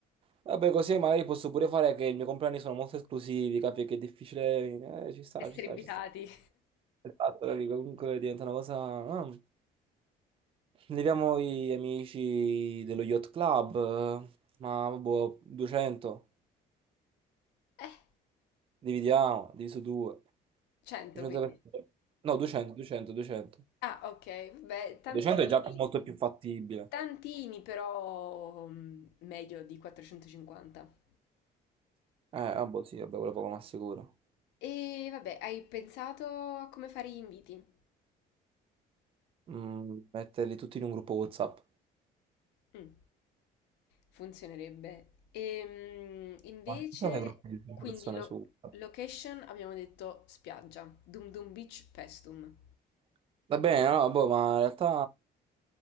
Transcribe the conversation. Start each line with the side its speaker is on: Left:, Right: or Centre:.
Right: Vabbè, così magari posso pure fare che i miei compleanni sono molto esclusivi, capi che è difficile, eh, ci sta,
Left: Essere
Right: ci sta,
Left: invitati?
Right: ci sta.
Left: <laughs>
Right: Esatto, capi? Comunque diventa una cosa... ah. Leviamo gli amici dello Yacht Club, eh, ma boh, 200.
Left: Eh,
Right: Dividiamo, diviso 2.
Left: 100
Right: 200%.
Left: quindi.
Right: No, 200, 200, 200.
Left: Ah, ok, vabbè, tantini.
Right: 200 è già più- molto più fattibile.
Left: Tantini, però mm, meglio di 450.
Right: Eh, vabbè, sì, vabbè, quello poco ma sicuro.
Left: E vabbè, hai pensato a come fare gli inviti?
Right: Mm, metterli tutti in un gruppo WhatsApp.
Left: Mh. Funzionerebbe. Ehm, invece,
Right: Ma ci sono dei gruppi di 100
Left: quindi
Right: persone
Left: lo
Right: su WhatsApp?
Left: location abbiamo detto spiaggia, Dum Dum Beach, Paestum.
Right: Va bene, no, boh, ma in realtà...